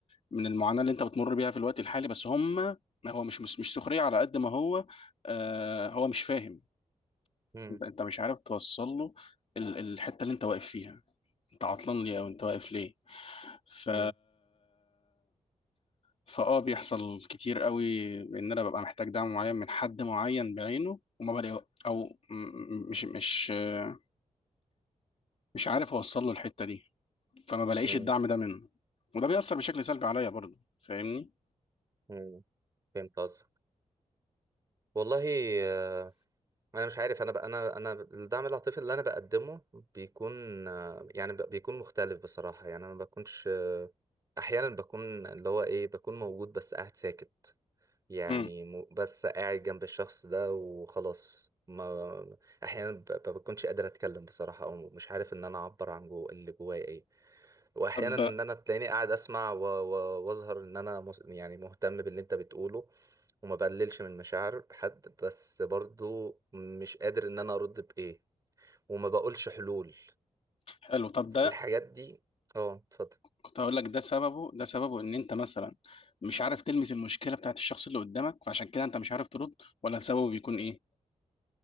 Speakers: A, on the left; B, on the right.
A: من المعاناة اللي انت بتمر بيها في الوقت الحالي بس هم ما هو مش مش مش سخرية على قد ما هو آه هو مش فاهم
B: مم.
A: انت انت مش عارف توصل له ال- الحتة اللي انت واقف فيها انت عطلان ليه او انت واقف ليه ف
B: مم.
A: فاه بيحصل كتير قوي ان انا ببقى محتاج دعم معين من حد معين بعينه وما بلاقي او م- م- مش مش آه، مش عارف اوصل له الحتة دي فما بلاقيش
B: مم.
A: الدعم ده منه وده بيأثر بشكل سلبي عليا برضه فاهمني؟
B: مم. فهمت قصدك والله آه، انا مش عارف انا بقى انا انا الدعم العاطفي اللي انا بقدمه بيكون آه، يعني ب- بيكون مختلف بصراحه يعني انا ما بكونش احيانا بكون اللي هو ايه بكون موجود بس قاعد ساكت يعني
A: مم.
B: م- بس قاعد جنب الشخص ده وخلاص ما احيانا ب- ب- بكونش قادر اتكلم بصراحه او مش عارف ان انا اعبر عن جو اللي جوايا ايه واحيانا
A: طب
B: ان انا تلاقيني قاعد اسمع و- و- واظهر ان انا مس- يعني مهتم باللي انت بتقوله وما بقللش من مشاعر حد بس برضو مش قادر ان انا ارد بايه وما بقولش حلول
A: حلو طب ده
B: الحاجات دي اه اتفضل
A: كنت هقول لك ده سببه ده سببه ان انت مثلا مش عارف تلمس المشكله بتاعت الشخص اللي قدامك فعشان كده انت مش عارف ترد ولا سببه بيكون ايه